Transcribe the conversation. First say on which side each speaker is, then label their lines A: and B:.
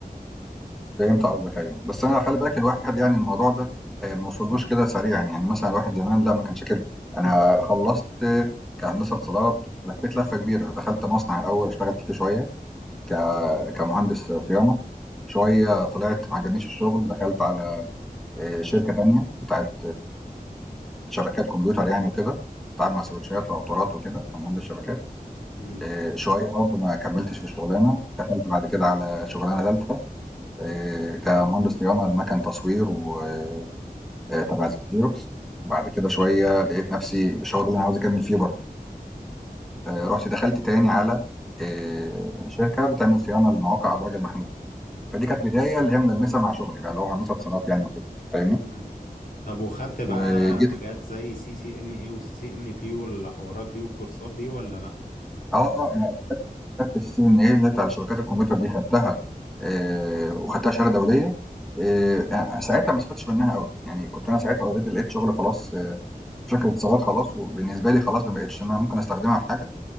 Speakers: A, in the centre; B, on the left (about 70°).
A: فهمت قصدك أيوه، بس أنا خلّي بالك الواحد يعني الموضوع ده آآ ما وصلّوش كده سريعًا، يعني يعني مثلًا الواحد زمان لأ ما كانش كده، أنا خلّصت كهندسة اتصالات لفّيت لَفّة كبيرة، دخلت مصنع الأول اشتغلت فيه شوية ك كمهندس صيانة، شوية طلعت ما عجبنيش الشغل دخلت على آآ شركة تانية بتاعة شبكات كمبيوتر يعني وكده، باتعامل مع سويتشات وراوترات وكده كمهندس شبكات.
B: امم
A: آآ شوية برضه ما كمّلتش في الشغلانة، دخلت بعد كده على شغلانة تالتة آآ كمهندس صيانة لمَكَن تصوير و آآ تبع Xerox، وبعد كده شوية لقيت نَفْسي مش هو ده اللي أنا عاوز أكمّل فيه برضه، آآ رُحت دخلت تاني على آآ شركة بتعمل صيانة لمواقع أبراج المحمول، فدي كانت بداية اللي هي ملمّسة مع شغلي بقى اللي هو هندسة صالات يعني وكده، فاهمني؟
B: امم طب وخدت بقى
A: وجيت
B: حاجات زي سي سي ان ايه وسي سي ان بي والحوارات دي والكورسات دي ولا لا
A: آه، آه. شهادة الCNA اللي هي بتاع شبكات الكمبيوتر دي خدتها آآ وخدتها شهادة دولية آآ أ ساعتها ما استفدتش منها أوي، يعني كنت أنا ساعتها already لقيت شغل خلاص آه، في شركة اتصالات خلاص، وبالنسبة لي خلاص ما بقتش إن أنا ممكن أستخدمها في حاجة،